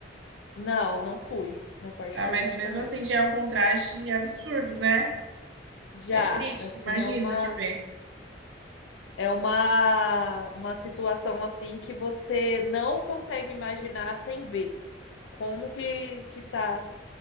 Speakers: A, on the left; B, on the right.
A: Não, não fui na parte
B: Ah,
A: turística,
B: mas mesmo
A: não.
B: assim já é um contraste absurdo, né?
A: Já,
B: É triste,
A: assim,
B: imagino
A: é uma
B: de ver.
A: é uma uma situação assim que você não consegue imaginar sem ver como que que tá